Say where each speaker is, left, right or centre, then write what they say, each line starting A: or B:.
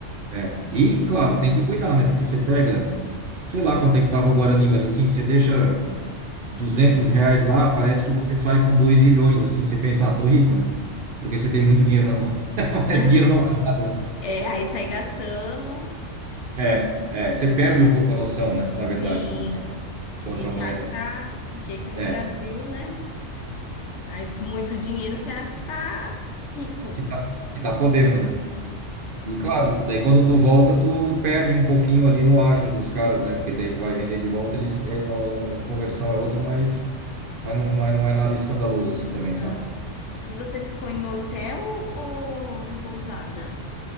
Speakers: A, on the right (about 55°); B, on the left (about 70°).
A: É. E, claro, tem que cuidar, né? Porque você pega. Sei lá quanto é que tava o Guarani, mas assim, você deixa. duzentos reais lá, parece que você sai com 2 milhões, assim, você pensa, ah, tô rico, né? Porque você tem muito dinheiro na mão. <laughs> Mas
B: <laughs>
A: esse dinheiro não vale nada, né?
B: É, aí sai gastando.
A: É, é, você perde um pouco a noção, né? Na
B: Sim,
A: verdade, com a-
B: que
A: com
B: a
A: outra
B: gente
A: moeda.
B: acha que tá, porque aqui no
A: É,
B: Brasil, né? Aí
A: e
B: com muito dinheiro você acha que tá rico.
A: que tá, que tá podendo, né? E claro, daí quando tu volta, tu perde um pouquinho ali no ágio dos caras, né? Porque daí tu vai vender de volta, eles, é, a conversão é outra, mas, mas, não, mas não é nada escandaloso assim também, sabe?
B: Ah. E você ficou em hotel ou em pousada?